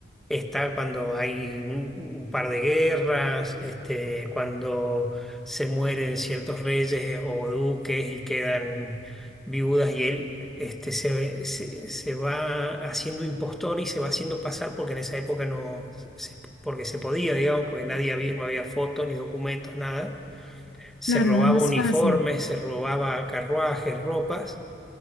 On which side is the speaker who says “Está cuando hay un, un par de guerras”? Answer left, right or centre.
Centre